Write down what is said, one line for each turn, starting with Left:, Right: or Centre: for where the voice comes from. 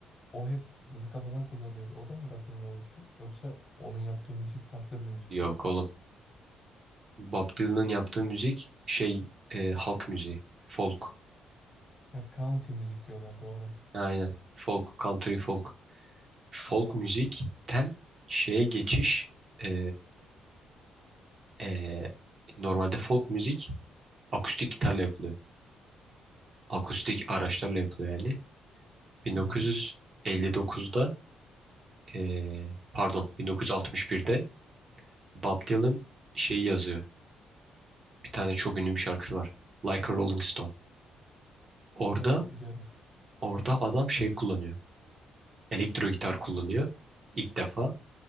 Left: o hep mızıka falan kullanıyordu. O da mı rock'n'rollcu? Yoksa onun yaptığı müzik farklı bir müzik
Right: Yok
Left: mi?
Right: oğlum. Bob Dylan'ın yaptığı müzik şey e, halk müziği. Folk.
Left: Ha, country müzik diyorlar doğru.
Right: Aynen. Folk, country folk. folk müzikten şeye geçiş e, e, normalde folk müzik akustik gitarla yapılıyor. Akustik araçlarla yapılıyor yani. 1959'da
Left: Hı,
Right: e, pardon 1961'de Bob Dylan şeyi yazıyor. Bir tane çok ünlü bir şarkısı var. Like a Rolling Stone. Orada
Left: evet biliyorum.
Right: orada adam şey kullanıyor. Elektro gitar kullanıyor ilk defa